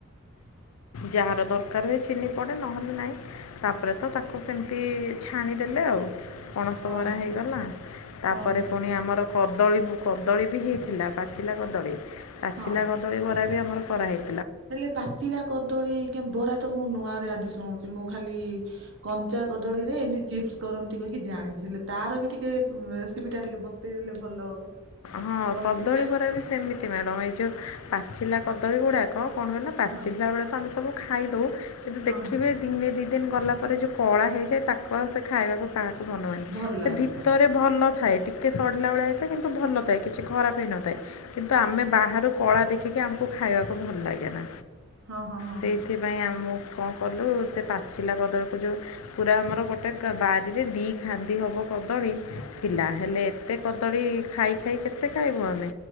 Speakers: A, on the left; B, on the right.
A: ଯାହାର ଦରକାର ହୁଏ ଚିନି ପଡ଼େ ନହେଲେ ନାହିଁ। ତାପରେ ତ ତାକୁ ସେମିତି ଛାଣିଦେଲେ ଆଉ। ପଣସ
B: ହଁ
A: ମରା
B: ହଁ
A: ହେଇଗଲା
B: ହଁ
A: ତାପରେ
B: ପଣସ
A: ପୁଣି
B: ବରା
A: ଆମର କଦଳୀ କଦଳୀ ବି ହେଇଥିଲା ପାଚିଲା କଦଳୀ ପାଚିଲା
B: ହଁ
A: କଦଳୀ ବରା ବି ଆମର କରାହଇଥିଲା।
B: ହେଲେ ପାଚିଲା କଦଳୀ କେମ ବରା ତ ମୁଁ ନୂଆରେ ଆଜି ଶୁଣୁଛି ମୁଁ। ଖାଲି କଞ୍ଚା କଦଳୀ ରେ ଏମତି ଚିପ୍ସ କରନ୍ତି କହିକି ଜାଣିଥିଲେ ହେଲେ। ତାର ବି ଟିକେ ରେସିପି ଟା ଟିକେ ବତେଇ ଦେଲେ ଭଲ ହବ
A: ହଁ
B: କହିଲେ
A: କଦଳୀ ବରା ରେ ସେମିତି ନୁହେଂ, ତମେ ଯୋଉ ପାଚିଲା କଦଳୀ ଗୁଡାକ। କଣ ହେଲା ପାଚିଲା
B: ହଁ
A: ବେଳେ ତ ଆମେ ସବୁ ଖାଇଦଉ, କିନ୍ତୁ
B: ହଁ
A: ଦେଖିବେ
B: ହଁ
A: ଦିନେ ଦିଟା ଦିନ ଗଲା ପରେ ଯଉ କଳା ହେଇଯାଏ ତାକୁ ଆଉ ସେ ଖାଇବାକୁ। କାହାକୁ ମନ ହୁଏନି
B: ଭଲ
A: ସେ
B: ଲାଗେ
A: ଭିତରେ ଭଲ ଥାଏ ଟିକେ ସଢିଲା ଭେଳିଆ
B: ହ
A: ଭଲ ଥାଏ କିଛି ଖରାପ ହେଇନଥାଏ କିନ୍ତୁ ଆମେ ବାହାରୁ କଳା ଦେଖିକି ଆମକୁ ଖାଇବାକୁ ଭଲ ଲାଗେ ନା।
B: ହଁ ହଁ
A: ସେଇଥିପାଇଁ
B: ହଁ
A: ଆମୁ କଣ କଲୁ ସେ ପାଚିଲା କଦଳୀକୁ ଜଉଁ ପୁରା ଆମର ଗୋଟେ ବାରିରେ ଦ ଖାନ୍ଦି ହବ କଦଳୀ ଥିଲା, ହେଲେ ଏତେ କଦଳୀ। କଦଳୀ ଖାଇ ଖାଇ କେତେ ଖାଇବୁ ଆମେ,